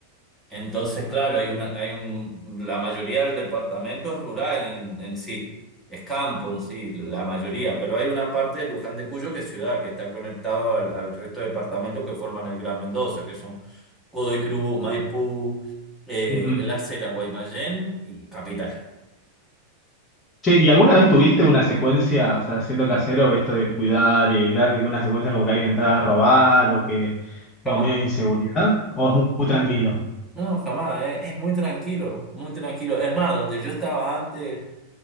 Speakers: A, in the centre; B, on the left.
A: Entonces, claro, hay una, hay un, la mayoría del departamento es rural en, en sí, es campo en sí, la mayoría, pero hay una parte de Luján de Cuyo que es ciudad, que está conectado al, al resto de departamentos que forman el Gran Mendoza, que son Godoy Cruz, Maipú, eh,
B: ujú.
A: Las Heras, Guaymallén y Capital.
B: Che, ¿y alguna vez tuviste una secuencia, o sea, siendo casero, esto de cuidar y evitar de que una secuencia como que alguien entrara a robar o que,
A: Estamos
B: o medio de inseguridad? ¿O es muy, muy tranquilo?
A: No, jamás, eh, Es muy tranquilo, muy tranquilo. Es más, donde yo estaba antes,